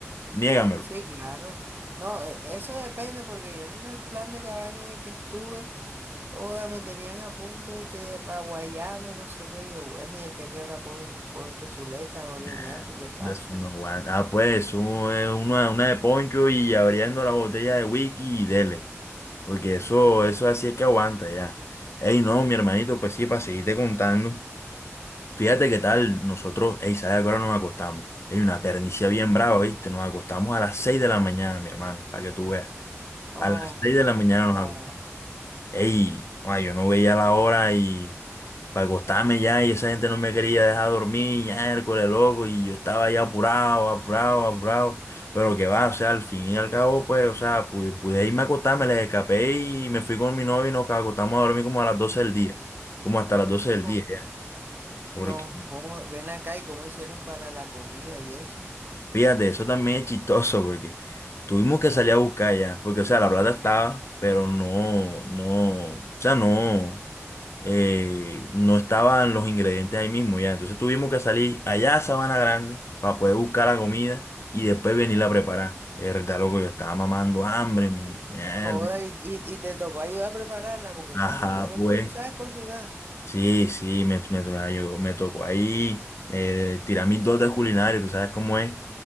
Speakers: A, on the left (about 60°); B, on the right (about 45°).
A: niégamelo.
B: Sí, claro. No, e- eso depende porque yo en el plan de cabaña en el que estuve, joda, me tenían a punto de que de raguayana, no sé qué. y Yo, bueno, y aquí a qué hora ponen Poncho Zuleta, Orioñate,
A: Ah,
B: ¿qué pasa?
A: Eso no aguanta. Ah, pues, un- eh, una, una de poncho y abriendo la botella de whisky y dele. Porque eso, eso así es que aguanta ya. Ey, no, mi hermanito, pues sí, para seguirte contando. Fíjate qué tal nosotros, ey, ¿sabes a qué hora nos acostamos? Hay una pernicia bien brava, ¿viste? Nos acostamos a las 6 de la mañana, mi hermano, para que tú veas.
B: Oh,
A: A las 6 de la mañana nos
B: joda.
A: acostamos. Ey, ay, yo no veía la hora y para acostarme ya y esa gente no me quería dejar dormir, ya, Hércules, loco, y yo estaba ya apurado, apurado, apurado, pero que va, o sea, al fin y al cabo, pues, o sea, pude, pude irme a acostarme, les escapé y me fui con mi novio y nos acostamos a dormir como a las doce del día, como hasta las doce
B: No,
A: del día, ya. Porque,
B: no, joda. Ven acá y cómo hicieron para la comida y eso.
A: fíjate, eso también es chistoso, porque tuvimos que salir a buscar ya, porque, o sea, la plata estaba, pero no, no, o sea, no. eh, no estaban los ingredientes ahí mismo ya. Entonces tuvimos que salir allá a Sabana Grande para poder buscar la comida y después venirla a preparar. Verdad, loco, yo estaba mamando hambre, me- mierda.
B: Joder, y, y- y te tocó ayudar a prepararla, porque
A: Ajá,
B: a mí me dijeron
A: pues.
B: que tú sabes cocinar.
A: Sí, sí, me, me, me ayudó, me tocó ahí eh, tirar mis dotes culinarias, tú sabes cómo es.